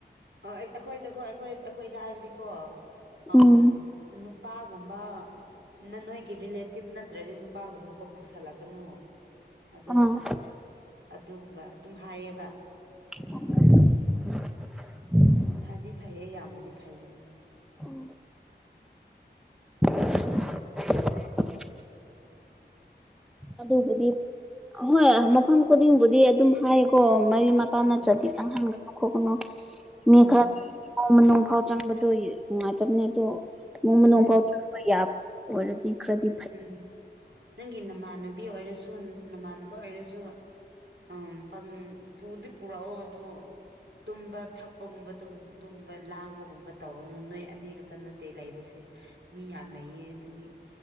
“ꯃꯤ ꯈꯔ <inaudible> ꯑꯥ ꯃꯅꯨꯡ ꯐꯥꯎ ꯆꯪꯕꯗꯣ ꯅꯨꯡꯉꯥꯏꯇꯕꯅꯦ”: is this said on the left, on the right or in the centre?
Centre